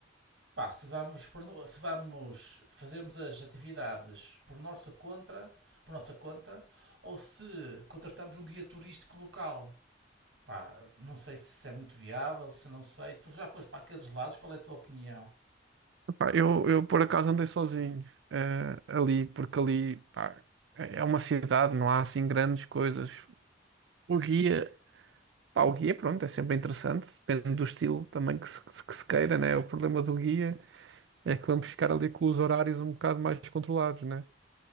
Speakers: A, on the right; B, on the right.
A: pá, se vamos, por no- se vamos, fazemos as atividades por nossa conta, por nossa conta, ou se contratamos um guia turístico local. Pá, não sei se isso é muito viável, se não sei. Tu já foste para aqueles lados, qual é a tua opinião?
B: Pá, eu, eu por acaso andei sozinho, eh, ali, porque ali, pá, é é uma cidade, não há assim grandes coisas. O guia, pá, o guia, pronto, é sempre interessante, depende do estilo também que se, que se queira, né? O problema do guia. é que vamos ficar ali com os horários um bocado mais controlados, né?